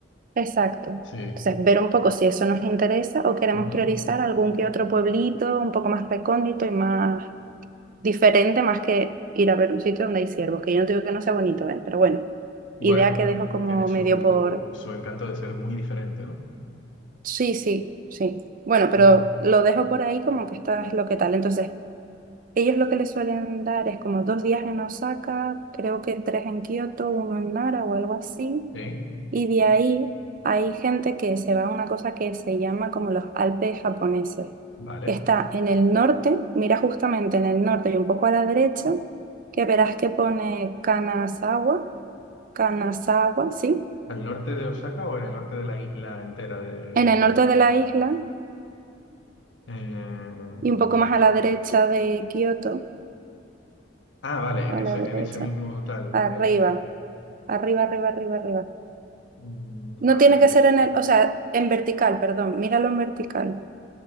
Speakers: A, on the right (about 50°); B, on the left (about 85°).
A: exacto,
B: Sí.
A: entonces ver un poco si eso nos interesa o queremos
B: ujú.
A: priorizar algún que otro pueblito un poco más recóndito y más diferente más que ir a ver un sitio donde hay ciervos, que yo no digo que no sea bonito, ¿eh? Pero bueno,
B: Bueno,
A: idea que dejo como
B: tiene su,
A: medio por...
B: su encanto de ser muy diferente, ¿no?
A: Sí, sí, sí. Bueno, pero
B: Ujú.
A: lo dejo por ahí como que esta es lo que tal. Entonces, ellos lo que les suelen dar es como dos días en Osaka, creo que tres en Kioto, uno en Nara o algo así.
B: Sí,
A: Y de ahí hay gente que se va a una cosa que se llama como los Alpes japoneses,
B: vale.
A: que está en el norte, mira justamente en el norte y un poco a la derecha, que verás que pone Kanazawa, Kanazawa, sí,
B: ¿Al norte de Osaka o en el norte de la isla entera de...
A: en el norte de la isla
B: eh,
A: y un poco más a la derecha de Kioto,
B: Ah, vale, en
A: a
B: ese,
A: la derecha,
B: en ese mismo tal.
A: arriba,
B: eh,
A: arriba, arriba, arriba, arriba.
B: mm,
A: No
B: a ver,
A: tiene que ser en el, o sea, en vertical, perdón, míralo en vertical.